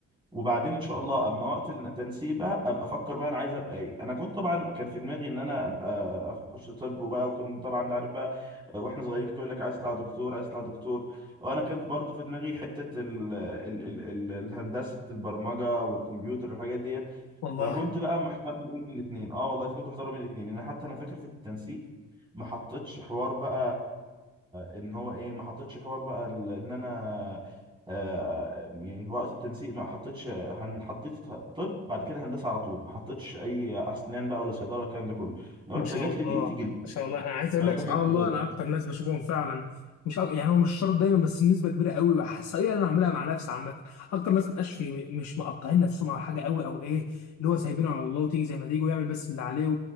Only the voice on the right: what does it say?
وبعدين ان شاء الله اما وقت التنسيق بقى ابقى افكر بقى انا عايز ابقى ايه انا كنت طبعا كان في دماغي ان انا ابقى اخش طب وبقى وكنت طبعا انت عارف بقى واحنا صغيرين كان يقول لك عايز تطلع دكتور عايز تطلع دكتور وانا كنت برضو في دماغي حته ال ال ال ال الهندسه البرمجه والكمبيوتر والحاجات ديت
فكنت بقى محتار ما بين الاثنين اه والله كنت محتار ما بين الاثنين لان حتى انا فاكر في التنسيق ما حطيتش حوار بقى ان هو ايه ما حطيتش حوار بقى ال- ان انا آه، يعني في وقت التنسيق ما حطيتش هن حطيت طب بعد كده هندسه على طول ما حطيتش اي اسنان بقى ولا صيدله الكلام ده كله انا
قلت
جات
لي دي تيجي
دي
فده
كان في
بالي